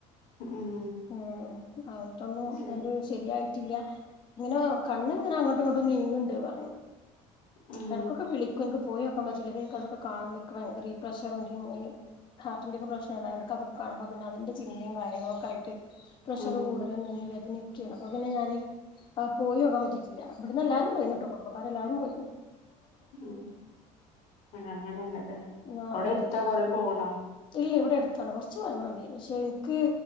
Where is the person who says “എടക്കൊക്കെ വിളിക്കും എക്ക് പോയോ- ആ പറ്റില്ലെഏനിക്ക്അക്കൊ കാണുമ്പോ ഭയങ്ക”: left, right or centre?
Left